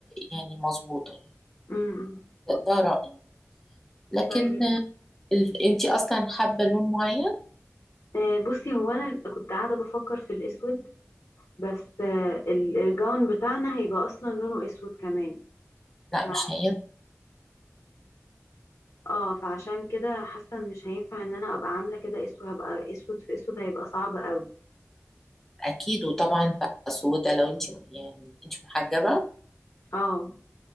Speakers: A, in the centre; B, on the left.
A: يعني مظبوطه يعني
B: امم
A: ده رايي لكن
B: طيب
A: انت اصلا حابه لون معين
B: آه، بصي هو انا كنت قاعده بفكر في الاسود بس آه، ال- الجاون بتاعنا هيبقى اصلا لونه اسود كمان
A: لا
B: ف...
A: مش هينفع
B: اه فعشان كده حاسه إن مش هينفع ان انا ابقى عامله كده اسود هبقى اسود في اسود هيبقى صعب قوي
A: اكيد وطبعا بقى سودا لو انت يعني انت محجبه
B: اه